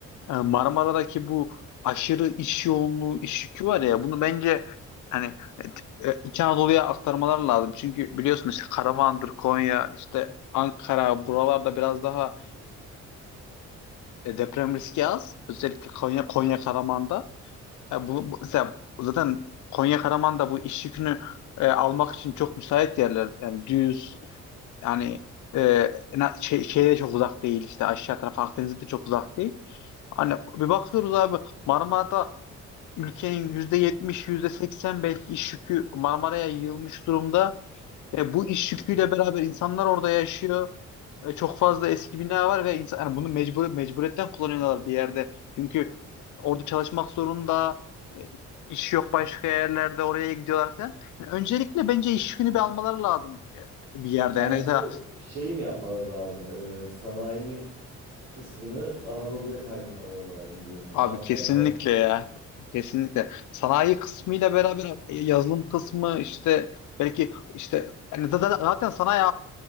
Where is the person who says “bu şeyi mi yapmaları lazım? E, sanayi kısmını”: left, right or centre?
Right